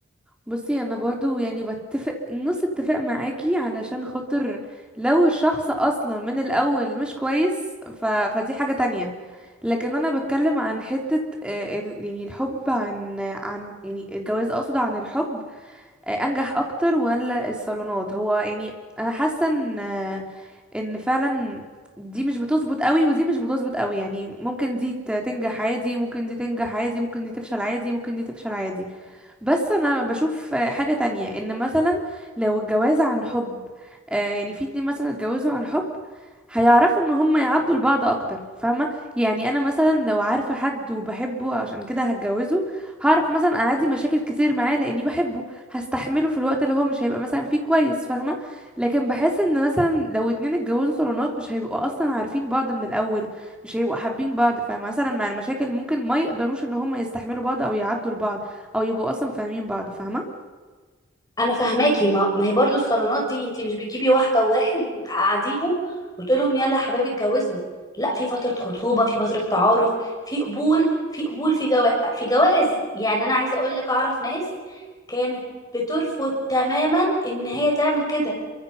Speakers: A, in the centre; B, on the left.
A: بصي انا برضو يعني بتفق نص اتفاق معاكي علشان خاطر لو الشخص اصلا من الاول مش كويس ف... فدي حاجة تانية لكن انا بتكلم عن حتة آه، ال- يعني الحب عن عن يعني الجواز اقصد عن الحب آه، انجح اكتر ولا الصالونات هو يعني انا حاسة ان آه، ان فعلا دي مش بتظبط قوي ودي مش بتظبط قوي يعني ممكن دي ت- تنجح عادي ممكن دي تنجح عادي ممكن دي تفشل عادي ممكن دي تفشل عادي بس انا بشوف آه، حاجة تانية ان مثلا لو الجواز عن حب آه، يعني في اتنين مثلا اتجوزوا عن حب هيعرفوا ان هم يعدوا لبعض اكتر فاهمة يعني انا مثلا لو عارفة حد وبحبه عشان كده هتجوزه هعرف مثلا اعدي مشاكل كتير معاه لاني بحبه هستحمله في الوقت اللي هو مش هيبقى مثلا فيه كويس فاهمة لكن بحس ان مثلا لو اتنين اتجوزوا صالونات مش هيبقوا اصلا عارفين بعض من الاول مش هيبقوا حابين بعض فمثلا مع المشاكل ممكن ما يقدروش ان هم يستحملوا بعض او يعدوا لبعض او يبقوا اصلا فاهمين بعض فاهمه
B: انا فهماكي ما, ما هي برضو الصالونات دي انت مش بتجيبي واحده وواحد وتقعديهم وتقولهم يلا يا حبايبي اتجوزوا لا في فتره خطوبه في فتره تعارف في قبول في قبول في جواز في جواز يعني انا عايزه اقول لك اعرف ناس كانت بترفض تماما ان هي تعمل كده